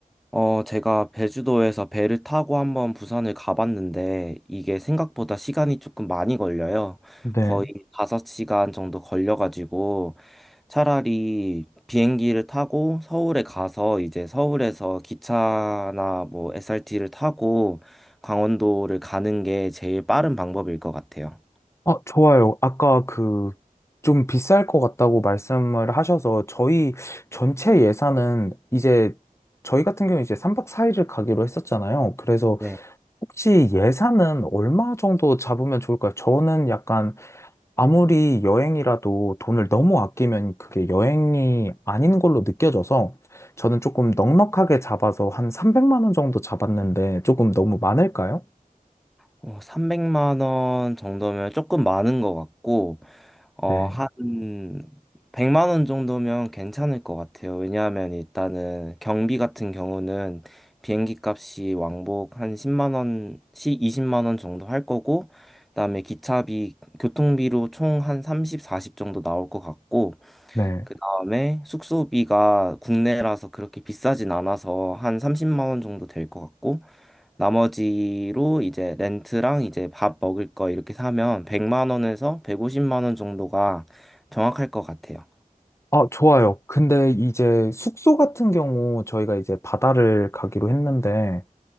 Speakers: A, in the centre; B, on the left.
A: 어, 제가 제주도에서 배를 타고 한번 부산을 가봤는데 이게 생각보다 시간이 조금 많이 걸려요.
B: 네.
A: 거의 5시간 정도 걸려가지고 차라리 비행기를 타고 서울에 가서 이제 서울에서 기차나 뭐 SRT를 타고 강원도를 가는 게 제일 빠른 방법일 것 같아요.
B: 아, 좋아요. 아까 그, 좀 비쌀 것 같다고 말씀을 하셔서, 저희 전체 예산은 이제, 저희 같은 경우 이제 3박 4일을 가기로 했었잖아요. 그래서
A: 네.
B: 혹시 예산은 얼마 정도 잡으면 좋을까요? 저는 약간 아무리 여행이라도 돈을 너무 아끼면 그게 여행이 아닌 걸로 느껴져서, 저는 조금 넉넉하게 잡아서 한 300만 원 정도 잡았는데, 조금 너무 많을까요?
A: 어, 300만 원 정도면 조금 많은 것 같고 어,
B: 네,
A: 한 100만 원 정도면 괜찮을 것 같아요. 왜냐하면 일단은 경비 같은 경우는 비행기 값이 왕복 한 십만 원씩 20만 원 정도 할 거고, 그다음에 기차비, 교통비로 총 한 30, 40 정도 나올 것 같고,
B: 네.
A: 그다음에 숙소비가 국내라서 그렇게 비싸진 않아서 한 30만 원 정도 될 것 같고, 나머지로 이제 렌트랑 이제 밥 먹을 거 이렇게 사면 100만 원에서 150만 원 정도가 정확할 것 같아요.
B: 아, 좋아요. 근데 이제 숙소 같은 경우 저희가 이제 바다를 가기로 했는데